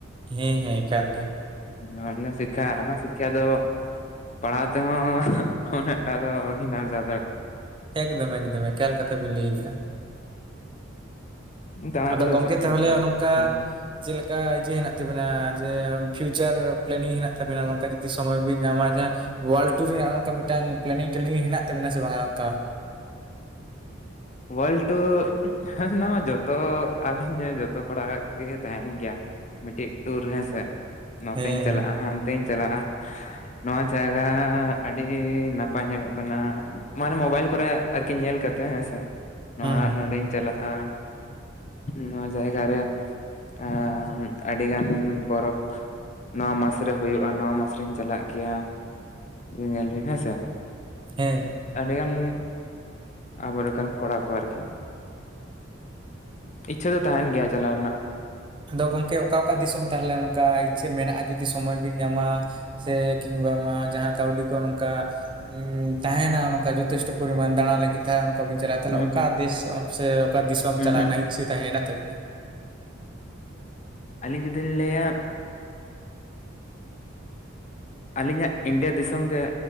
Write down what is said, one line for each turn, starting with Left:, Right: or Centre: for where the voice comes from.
Right: ᱦᱮᱸ ᱦᱮᱸ, ᱮᱠᱟᱞ ᱜᱮ᱾
Left: ᱱᱚᱣᱟ ᱟᱹᱰᱤ ᱜᱟᱱ ᱥᱤᱠᱠᱷᱟ, ᱚᱱᱟ ᱥᱤᱠᱠᱷᱟ ᱫᱚ ᱯᱟᱲᱦᱟᱣ ᱛᱮᱦᱚᱸ ᱩᱱᱟᱹᱜᱴᱟ ᱫᱚ ᱵᱟᱵᱤᱱ ᱟᱨᱡᱟᱣ ᱫᱟᱲᱮᱜ
Right: ᱮᱠᱫᱚᱢ ᱮᱠᱫᱚᱢ, ᱮᱠᱟᱞ ᱠᱟᱛᱷᱟ ᱵᱤᱱ ᱞᱟᱹᱭ ᱠᱮᱜ-ᱟ᱾
Left: ᱫᱟᱬᱟ
Right: ᱟᱫᱚ
Left: ᱠᱚᱫᱚ
Right: ᱜᱚᱝᱠᱮ
Left: ᱥᱚᱠᱛᱚ
Right: ᱛᱟᱦᱚᱞᱮ
Left: ᱜᱮᱞᱤᱧ ᱠᱩᱥᱤᱭᱟᱜ-ᱟ
Right: ᱱᱚᱝᱠᱟ
Left: ᱦᱮᱸ᱾
Right: ᱪᱮᱫ ᱞᱮᱠᱟ ᱤᱭᱟᱹ ᱦᱮᱱᱟᱜ ᱛᱟᱵᱤᱱᱟ ᱡᱮ ᱯᱷᱤᱭᱩᱪᱟᱨ ᱯᱞᱮᱱᱤᱝ ᱦᱮᱱᱟᱜ ᱛᱟᱵᱮᱱᱟ ᱜᱚᱝᱠᱮ ᱡᱩᱫᱤ ᱥᱚᱢᱚᱭ ᱵᱤᱱ ᱧᱟᱢᱟ ᱡᱟᱦᱟᱸ ᱚᱣᱟᱨᱞᱰ ᱴᱩᱨ ᱨᱮᱱᱟᱜ ᱱᱚᱝᱠᱟ ᱢᱤᱫᱴᱟᱝ ᱯᱞᱮᱱᱤᱝ ᱴᱞᱮᱱᱤᱝ ᱦᱮᱱᱟᱜ ᱛᱟᱵᱤᱱᱟ ᱥᱮ ᱵᱟᱝᱟ ᱚᱝᱠᱟ?
Left: ᱚᱣᱟᱨᱞᱰ ᱴᱩᱻ ᱩᱱᱟᱢᱟ ᱡᱚᱛᱚ, <unintelligible> ᱡᱚᱛᱚ ᱠᱚᱲᱟᱣᱟᱜ ᱜᱮ ᱛᱟᱦᱮᱱ ᱜᱮᱭᱟ᱾ ᱢᱤᱫᱴᱤᱡ ᱴᱩᱨ ᱦᱮᱸ ᱥᱮ᱾ ᱱᱚᱛᱮᱧ
Right: ᱦᱮᱸ
Left: ᱪᱟᱞᱟᱜ-ᱟ,
Right: ᱦᱮᱸ
Left: ᱦᱟᱱᱛᱮᱧ ᱪᱟᱞᱟᱜ-ᱟ, ᱱᱚᱣᱟ ᱡᱟᱭᱜᱟ ᱟᱹᱰᱤ ᱱᱟᱯ ᱱᱟᱯᱟᱭ ᱧᱮᱞᱚᱜ ᱠᱟᱱᱟ ᱢᱟᱱᱮ ᱢᱳᱵᱟᱭᱤᱞ ᱠᱚᱨᱮ ᱟᱨᱠᱤ ᱧᱮᱞ ᱠᱟᱛᱮ ᱦᱮᱸ ᱥᱮ᱾ ᱱᱚᱣᱟ
Right: ᱦᱩᱸ ᱦᱩᱸ
Left: ᱱᱚᱸᱰᱮᱧ ᱪᱟᱞᱟᱜ-ᱟ, ᱱᱚᱣᱟ ᱡᱟᱭᱜᱟ ᱨᱮ᱾ ᱟᱢᱻ ᱟᱹᱰᱤ ᱜᱟᱱ ᱵᱚᱨᱚᱯᱷ ᱱᱚᱣᱟ ᱢᱟᱥ ᱨᱮ ᱦᱩᱭᱩᱜ-ᱟ, ᱱᱚᱣᱟ ᱢᱟᱥᱨᱮᱧ ᱪᱟᱞᱟᱜ ᱜᱮᱭᱟ᱾ ᱧᱮᱞ ᱵᱤᱱ ᱦᱮᱸ ᱥᱮ᱾
Right: ᱦᱮᱸ᱾
Left: ᱟᱹᱰᱤ ᱜᱟᱱ ᱟᱵᱚᱨᱮᱠᱟᱱ ᱠᱚᱲᱟ ᱠᱚ ᱟᱨᱠᱤ, ᱤᱪᱪᱷᱟᱹ ᱫᱚ ᱛᱟᱦᱮᱱ ᱜᱮᱭᱟ ᱪᱟᱞᱟᱣ ᱨᱮᱱᱟᱜ
Right: ᱟᱫᱚ ᱜᱚᱝᱠᱮ ᱚᱠᱟ ᱚᱠᱟ ᱫᱤᱥᱚᱢ ᱛᱟᱦᱞᱮ ᱚᱱᱠᱟ ᱤᱪᱪᱷᱟᱹ ᱢᱮᱱᱟᱜ-ᱟ ᱡᱩᱫᱤ ᱥᱚᱢᱚᱭ ᱵᱤᱱ ᱧᱟᱢᱟ? ᱥᱮ ᱠᱤᱢᱵᱟ ᱟᱢᱟ ᱡᱟᱦᱟᱸ ᱠᱟᱹᱣᱰᱤ ᱠᱚ ᱱᱚᱝᱠᱟ ᱩᱸᱻ ᱛᱟᱦᱮᱱᱟ ᱚᱱᱠᱟ ᱡᱚᱛᱷᱮᱥᱴᱚ ᱯᱚᱨᱤᱢᱟᱱ ᱫᱟᱬᱟ ᱞᱟᱹᱜᱤᱫ᱾ ᱛᱷᱟ ᱚᱝᱠᱟ ᱵᱤᱱ ᱪᱟᱞᱟᱜ-ᱟ, ᱛᱟᱦᱞᱮ
Left: ᱦᱩᱸ
Right: ᱚᱠᱟ
Left: ᱦᱩᱸ
Right: ᱫᱮᱥ ᱥᱮ ᱚᱠᱟ ᱫᱤᱥᱚᱢ
Left: ᱦᱩᱸ
Right: ᱪᱟᱞᱟᱜ
Left: ᱦᱩᱸ
Right: ᱨᱮᱱᱟᱜ ᱤᱪᱪᱷᱟᱹ ᱛᱟᱦᱮᱸ ᱦᱮᱱᱟᱜ ᱛᱟᱵᱤᱱᱟ?
Left: ᱟᱹᱞᱤᱧ ᱡᱩᱫᱤᱞᱤᱧ ᱞᱟᱹᱭᱟ ᱟᱹᱞᱤᱧᱟᱜ ᱤᱱᱰᱤᱭᱟ ᱫᱤᱥᱚᱢ ᱜᱮ᱾